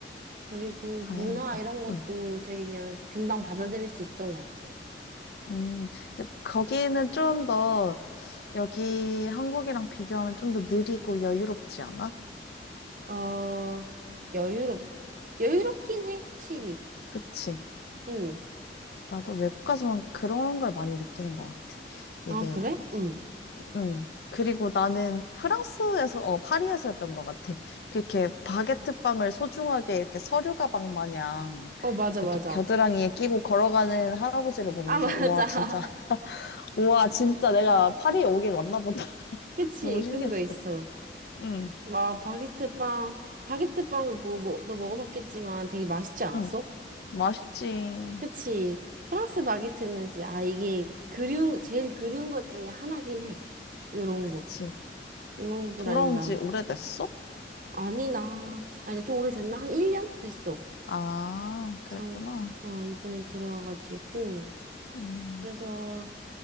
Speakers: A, on the right; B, on the left.
A: 그리고
B: 다행이다.
A: 문화 이런 것도
B: 음,
A: 되게 그냥 금방 받아들일 수 있었던 것 같아.
B: 음. 근데 거기는 좀 더 여기 한국이랑 비교하면 좀 더 느리고 여유롭지 않아?
A: 어, 여유롭, 여유롭긴 해, 확실히.
B: 그치?
A: 응.
B: 나도 외국 가서 그런 걸 많이 느끼는 것 같아. 이게
A: 아, 그래? 응.
B: 음. 그리고 나는 프랑스에서, 어, 파리에서였던 것 같아. 그렇게 바게트 빵을 소중하게 이렇게 서류 가방 마냥
A: 어, 맞아,
B: 이렇게
A: 맞아.
B: 겨드랑이에 끼고 걸어가는 할아버지를 보면서,
A: 아, <laughs>
B: 우와,
A: 맞아.
B: 진짜, <laughs> 우와, 진짜 내가 파리에 오길 왔나 보다. <laughs>
A: 그치,
B: 너무 신기했어.
A: 그런 거 있어.
B: 응,
A: 막, 바게트 빵, 바게트 빵, 뭐, 뭐, 너 먹어봤겠지만 되게 맛있지 않았어?
B: 응. 맛있지.
A: 그치. 프랑스 바게트는 이제, 아, 이게 그리운, 제일 그리운 것 중에 하나긴 해. 요런
B: 그치.
A: 거. 요런 건
B: 돌아온
A: 아닙니다.
B: 지 오래됐어?
A: 아니, 나, 아, 이제 좀 오래됐나? 한 1년? 됐어.
B: 아, 그랬구나.
A: 참, 어, 이번엔 들어와가지고.
B: 음,
A: 그래서,